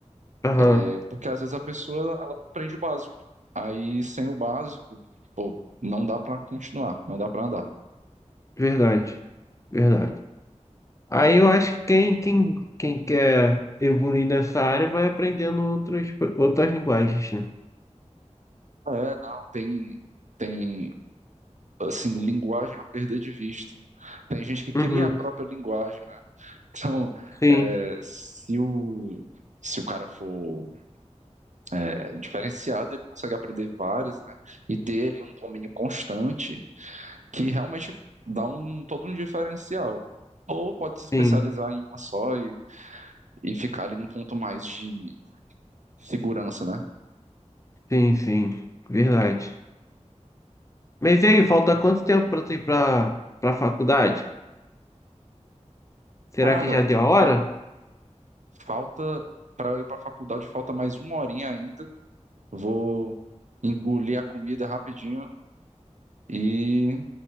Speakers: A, on the left (about 25°); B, on the right (about 75°).
A: aham.
B: é, porque às vezes a pessoa ela ela não aprende o básico. Aí sem o básico, pô, não dá pra continuar, não dá pra andar.
A: Verdade, verdade. Aí eu acho que quem, quem, quem quer evoluir nessa área vai aprendendo outros outras linguagens, né?
B: É, não, tem, tem, assim, linguagem a perder de vista. Tem gente que cria
A: Uhum.
B: a própria linguagem. <laughs> Então,
A: Sim,
B: é, se o, se o cara for é, diferenciado, ele consegue aprender várias, né? E ter ali um domínio constante que realmente dá um todo um diferencial. Ou pode se especializar
A: sim,
B: em uma só e, e ficar ali num ponto mais de segurança, né?
A: sim, sim. Verdade. Mas e aí, falta quanto tempo para tu ir para para faculdade? Será
B: Cara,
A: que já deu a hora?
B: fa- falta para eu ir para a faculdade, falta mais uma horinha ainda. Vou engolir a comida rapidinho e,